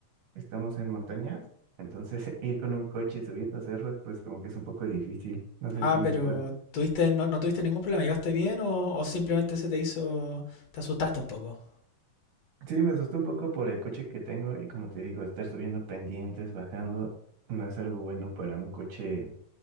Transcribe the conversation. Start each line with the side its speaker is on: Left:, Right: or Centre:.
Right: estamos en montañas, entonces <laughs> ir con un coche subiendo cerros, pues como que es un poco difícil. No sé
Left: Ah,
Right: si me
Left: pero
Right: puedo.
Left: tuviste, no, no tuviste ningún problema, ¿llegaste bien o, o simplemente se te hizo, te asustaste un poco?
Right: Sí, me asustó un poco por el coche que tengo y como te digo, estar subiendo pendientes, bajando, no es algo bueno para un coche